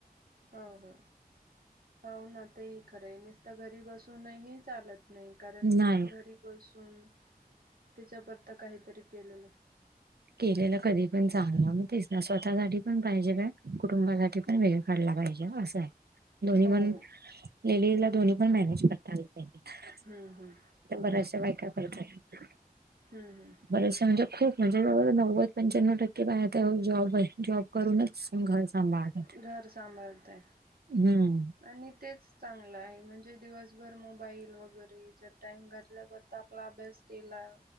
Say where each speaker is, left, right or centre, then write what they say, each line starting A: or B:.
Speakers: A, on the right (about 70°); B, on the right (about 80°).
A: हो हो. हो ना ते खरं आहे नसत घरी बसूनही चालत नाही कारण
B: नाही
A: घरी. बसून त्याच्यापता काहीतरी केलेलं.
B: केलेलं कधी पण चागलं मग तेच ना स्वतःसाठी पण पाहिजे कुटुंबासाठी पण
A: हं
B: वेगळ. काढला पाहिजे अस दोन्ही
A: हो
B: पण
A: हो
B: लेडीज ला दोन्ही पण मॅनेज कर ता आलं पाहिजे
A: हं हं
B: बरश बायका करतात
A: हम्म हम्.
B: बरेचसे म्हणजे खूप म्हणजे जवळ नव्वद पंच्याण्णव टक्के पायता जॉब आहे जॉब करूनच. श घर सभळत
A: घर सांभाळताय
B: हम्म.
A: आणि तेच चांगलं आहे म्हणजे दिवसभर मोबाईल वगैरे याच्या टाइम घातल्यावर तर आपला अभ्यास केला.